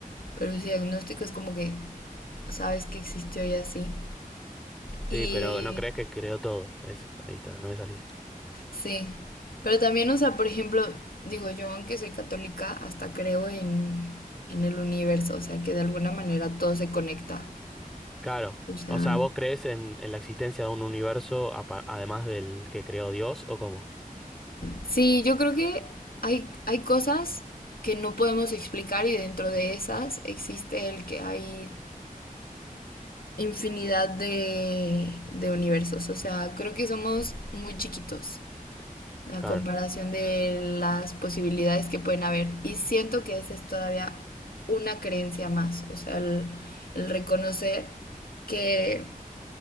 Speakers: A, on the left (about 80°); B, in the centre.
A: Pero su diagnóstico es como que sabes que existió y así. Y
B: Sí, pero no crees que creó todo. Eso, ahí está, no me salía.
A: sí, pero también, o sea, por ejemplo, digo yo, aunque soy católica, hasta creo en, en el universo, o sea, que de alguna manera todo se conecta.
B: Claro.
A: O sea,
B: O sea, ¿vos crees en, en la existencia de un universo apa- además del que creó Dios o cómo?
A: sí, yo creo que hay, hay cosas que no podemos explicar y dentro de esas existe el que hay infinidad de, de universos. O sea, creo que somos muy chiquitos a
B: Claro,
A: comparación de las posibilidades que pueden haber. Y siento que esa es todavía una creencia más, o sea, el, el reconocer que,